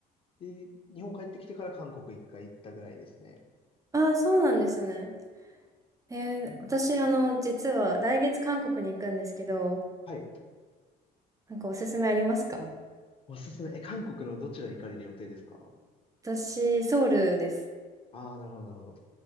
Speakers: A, on the left; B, on the right.
A: で、日本帰ってきてから韓国一回行ったぐらいですね。
B: ああ、そうなんですね。えー、
A: いや
B: 私、あの、実は来月韓国に行くんですけど、
A: はい。
B: なんかおすすめありますか
A: おすすめ。え、韓国のどちら行かれる予定ですか
B: 私、ソウルです。
A: ああー、なるほど、なるほど。